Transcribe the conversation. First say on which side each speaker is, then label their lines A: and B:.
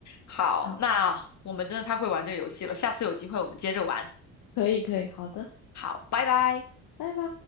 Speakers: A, on the left; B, on the left.
A: 好，
B: 好，
A: 那我们真的太会玩这个游戏了，下次有机会我们接着玩。
B: 可以可以，好的，
A: 好，拜拜。
B: 拜拜。